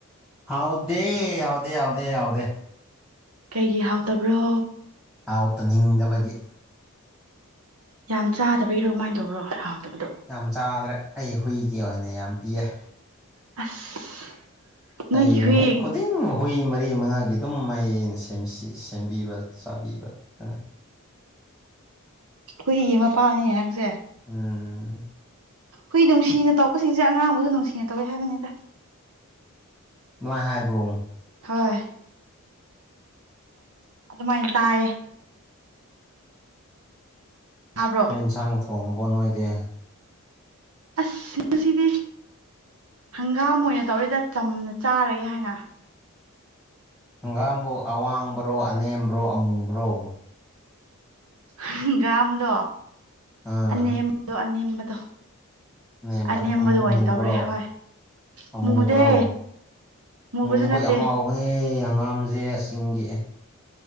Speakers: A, in the centre; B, on the right (about 80°).
A: ꯍꯥꯎꯗ ꯌꯥꯥꯎꯗ ꯌꯥꯥꯎꯗ ꯌꯥꯥꯎꯗ
B: ꯀꯩꯒꯤ ꯍꯥꯎꯇꯕ꯭ꯔꯣ
A: ꯑꯥꯎꯠꯇꯅꯤꯡꯗꯕꯒꯤ
B: ꯌꯥꯝ ꯆꯥꯗꯕꯒꯤꯔꯣ ꯀꯃꯥꯏꯅ ꯇꯧꯕ꯭ꯔꯣ ꯍꯥꯎꯇꯕꯗꯣ
A: ꯌꯥꯝ ꯆꯥꯗ꯭ꯔꯦ ꯑꯩ ꯍꯨꯏꯒꯤ ꯑꯣꯏꯅ ꯌꯥꯝ ꯄꯤꯑꯦ
B: ꯑꯁ ꯅꯣꯏꯒꯤ
A: ꯑꯩ ꯅꯨꯃꯤꯠ
B: ꯍꯨꯏ
A: ꯈꯗꯤ ꯍꯃꯗ ꯇꯔꯤ ꯃꯉꯥꯒꯤ ꯑꯗꯨꯝ ꯃꯩꯅ ꯁꯦꯝꯕꯤꯕ ꯆꯥꯕꯤꯕꯇꯅ
B: ꯑꯩꯈꯣꯏꯒꯤ ꯃꯄꯥꯅꯤ ꯅꯪꯁꯦ
A: ꯎꯝ
B: ꯍꯨꯏ ꯅꯨꯡꯁꯤꯅ ꯇꯧꯔꯛꯄꯁꯤꯡꯁꯦ ꯑꯉꯥꯡꯕꯨꯁꯨ ꯅꯨꯡꯁꯤꯅ ꯇꯧꯋꯤ ꯍꯥꯏꯕꯅꯤꯗ
A: ꯅꯨꯡꯥꯏ ꯍꯥꯏꯕ꯭ꯔꯣ
B: ꯍꯣꯏ ꯑꯗꯨꯃꯥꯏꯅ ꯇꯥꯏꯌꯦ ꯇꯥꯕ꯭ꯔꯣ
A: ꯆ ꯏꯟꯁꯥꯡ ꯊꯣꯡꯉꯕꯣꯠ ꯅꯣꯏꯗꯤꯦ
B: ꯑꯁꯁꯤꯗꯤ ꯍꯪꯒꯥꯝ ꯑꯣꯏꯅ ꯇꯧꯔꯤꯗ ꯆꯝꯅ ꯆꯥꯔꯒꯦ ꯍꯥꯏꯅ
A: ꯍꯪꯒꯥꯝꯕꯨꯣ ꯑꯋꯥꯡꯕ꯭ꯔꯣ ꯑꯅꯦꯝꯕ꯭ꯔꯣ ꯑꯃꯨꯕ꯭ꯔꯣ
B: ꯍꯪꯒꯥꯝꯗꯣ
A: ꯑꯥ
B: ꯑꯅꯦꯝꯕꯗꯣ ꯑꯅꯦꯝꯕꯗꯣ
A: ꯅꯦꯝꯕ
B: ꯑꯅꯦꯝꯕꯗꯣ
A: ꯑꯃꯨꯕ꯭ꯔꯣ
B: ꯑꯣꯏꯅ ꯇꯧꯔꯦ ꯍꯣꯏ
A: ꯑꯃꯨꯕ꯭ꯔꯣ
B: ꯃꯨꯗꯦ ꯃꯨꯕꯁꯨ
A: ꯃꯨꯕ
B: ꯅꯠꯇꯦ
A: ꯌꯥꯝ ꯍꯥꯎꯕꯅꯦ ꯑꯪꯉꯥꯝꯁꯦ ꯆꯤꯡꯑ